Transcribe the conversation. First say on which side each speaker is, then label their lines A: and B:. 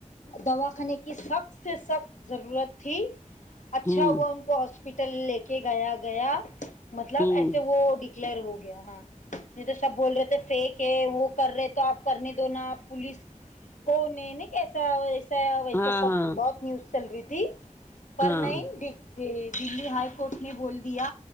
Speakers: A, on the left; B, on the left.
A: دوا خانے کی سخت سے سخت ضرورت تھی اچھا
B: ہوں
A: ہوا ان کو ہاسپٹل لے کے گیا گیا مطلب
B: ہوں
A: ایس وہ ڈکلیئر ہو گیا ہاں نہیں تو سب بول رہے تھے فیک ہے وہ کر رہے تو آپ کرنے دو نا پولیس تو انہوں نے کیسا ویسے
B: ہاں
A: سب
B: ہاں
A: بہت نیوز چل رہی تھی پر
B: ہاں
A: نہیں یہ دلی ہائی کورٹ نے بول دیا